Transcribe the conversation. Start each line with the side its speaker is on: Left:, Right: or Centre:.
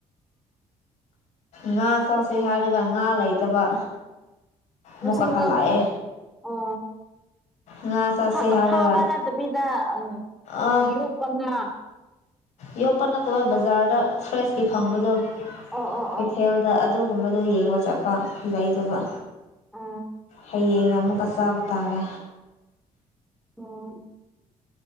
Left: ꯉꯥ ꯆꯥꯁꯦ ꯍꯥꯏꯔꯒ ꯉꯥ ꯂꯩꯇꯕ
Centre: ꯉꯁꯤ
Left: ꯃꯀꯥ
Centre: ꯉꯥ
Left: ꯍꯥꯜꯂꯥꯛꯑꯌꯦ
Centre: ꯑꯣ
Left: ꯉꯥꯁ
Centre: ꯐꯥ-
Left: ꯁꯤꯌꯥꯔꯒ
Centre: ꯐꯥꯕ ꯅꯠꯇꯕꯤꯗ ꯎꯝ
Left: ꯑ
Centre: ꯌꯣꯛꯄ ꯉꯥ
Left: ꯌꯣꯒ ꯄꯥ ꯇꯕ ꯕꯖꯥꯔꯗ ꯐ꯭ꯔꯦꯁꯀꯤ ꯐꯪꯕꯗꯣ
Centre: ꯑꯣ ꯑꯣ
Left: ꯀꯩꯊꯦꯜꯗ
Centre: ꯑꯣ
Left: ꯑꯗꯨꯒꯨꯝꯕ ꯑꯗꯨꯗꯣ ꯌꯦꯡꯕ ꯆꯠꯄ ꯂꯩꯇꯕ
Centre: ꯑ
Left: ꯍꯌꯦꯡꯅ ꯑꯃꯨꯛꯀ ꯁ ꯇꯥꯔꯦ
Centre: ꯑꯣ